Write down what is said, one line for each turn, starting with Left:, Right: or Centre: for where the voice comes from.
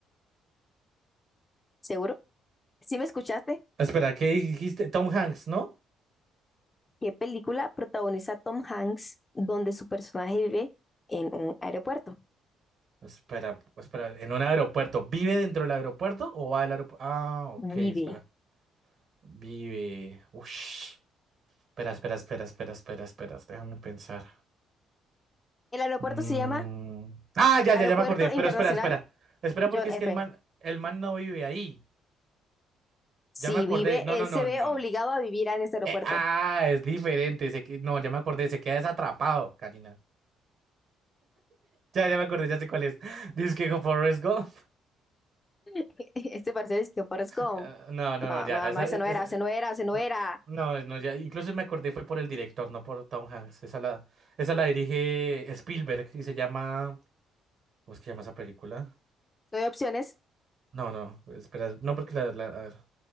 Left: ¿Seguro? ¿Sí me escuchaste?
Right: Espera, ¿qué dijiste? Tom Hanks, ¿no?
Left: ¿Qué película protagoniza Tom Hanks donde su personaje vive en un aeropuerto?
Right: Espera, espera, en un aeropuerto. ¿Vive dentro del aeropuerto o va al aeropuerto? Ah, ok,
Left: Vive.
Right: espera. Vive. Ush. Espera, espera, espera, espera, espera, espera. Déjame pensar.
Left: El aeropuerto
Right: Mm.
Left: se llama
Right: Ah, ya,
Left: Aeropuerto
Right: ya, ya me acordé.
Left: Internacional
Right: Pero espera, espera. Espera,
Left: John
Right: porque es
Left: F.
Right: que el man, el man no vive ahí.
Left: Si
Right: Ya me acordé.
Left: vive,
Right: No,
Left: él
Right: no,
Left: se
Right: no,
Left: ve
Right: no.
Left: obligado a vivir en ese aeropuerto.
Right: Eh, ah, es diferente. se que- No, ya me acordé. Se queda desatrapado, Karina. Ya, ya me acordé, ya sé cuál es. <laughs> Dice que Forrest Gump.
Left: <laughs> Este parcial es que Forrest Gump.
Right: Eh, no, no,
Left: No,
Right: no, ya.
Left: no,
Right: esa-
Left: no, ese
Right: es-
Left: no era,
Right: es-
Left: ese
Right: eh,
Left: no era, ese no
Right: no,
Left: era.
Right: no, no, ya. Incluso me acordé, fue por el director, no por Tom Hanks. Esa la, esa la dirige Spielberg y se llama. ¿Cómo es que se llama esa película?
Left: Doy opciones.
Right: No, no, espera. No, porque la, la- a ver.